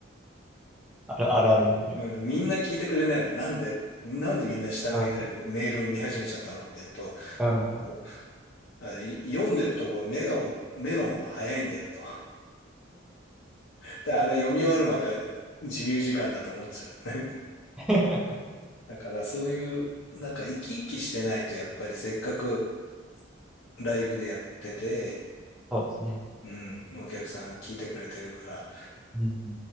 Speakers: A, in the centre; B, on the left (about 75°).
A: あるあるあるですね。
B: うん、みんな聞いてくれないのなんでって。なんでみんな下向いたり、
A: う
B: メール見始めちゃったのって言うと、
A: ん。うん。
B: もう、あれ、読んでるとこ目がお、目の方が早いんだよと。<laughs> で、あれ読み終わるまで自由時間だと思っちゃう。
A: <laughs>
B: だからそういう、なんか生き生きしてないと、やっぱりせっかくライブでやってて、
A: そうですね。
B: うん、お客さんが聞いてくれてるから、
A: うん。